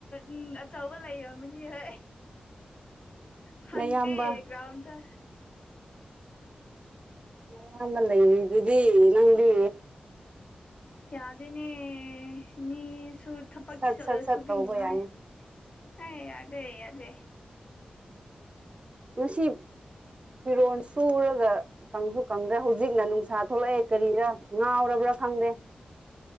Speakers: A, on the left (about 40°); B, on the right (about 40°).
A: ꯎꯝ ꯑꯆꯧꯕ ꯂꯩꯔꯝꯃꯅꯤ ꯍꯣꯏ ꯐꯪꯇꯦ
B: ꯅꯌꯥꯝꯕ
A: ꯒꯔꯧꯟꯗ
B: ꯑꯍꯥꯟꯕ ꯂꯩꯔꯤꯗꯨꯗꯤ ꯅꯪꯗꯤ
A: ꯌꯥꯗꯦꯅꯦ ꯃꯤꯁꯨ ꯊꯕꯛꯁꯤ
B: ꯁꯠ
A: ꯆꯠꯂ
B: ꯁꯠ ꯁꯠ
A: ꯁꯨꯕꯤꯅꯤꯉꯥꯏ
B: ꯇꯧꯕ ꯌꯥꯏꯅꯤ
A: ꯍꯥꯏ ꯌꯥꯗꯦ ꯌꯥꯗꯦ
B: ꯉꯁꯤ ꯐꯤꯔꯣꯜ ꯁꯨꯔꯒ ꯀꯪꯁꯨ ꯀꯪꯗ꯭ꯔꯦ ꯍꯧꯖꯤꯛꯅ ꯅꯨꯡꯁꯥ ꯊꯣꯛꯂꯛꯑꯦ ꯀꯔꯤꯔꯥ ꯉꯥꯎꯔꯕ꯭ꯔꯥ ꯈꯪꯗꯦ